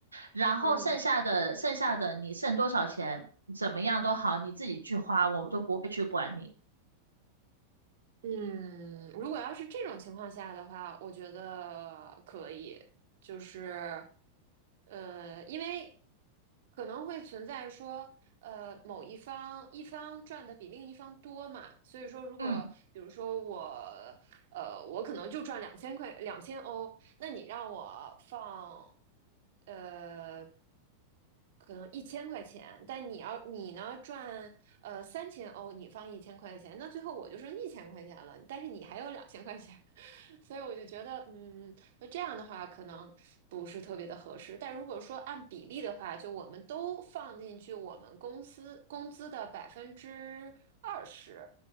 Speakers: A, on the right; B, on the right.
A: 然后剩下的剩下的你剩多少钱，
B: 嗯
A: 怎么样都好，你自己去花，我们都不会去管你。
B: 嗯，如果要是这种情况下的话，我觉得可以，就是呃，因为可能会存在说。呃，某一方一方赚的比另一方多嘛，所以说如果比如说我，
A: 嗯
B: 呃，我可能就赚两千块两千欧，那你让我放，呃，可能一千块钱，但你要你呢赚呃三千欧，你放一千块钱，那最后我就剩一千块钱了，但是你还有两千块钱，<laughs> 所以我就觉得，嗯，那这样的话可能不是特别的合适。但如果说按比例的话，就我们都放进去我们公司工资的百分之二十，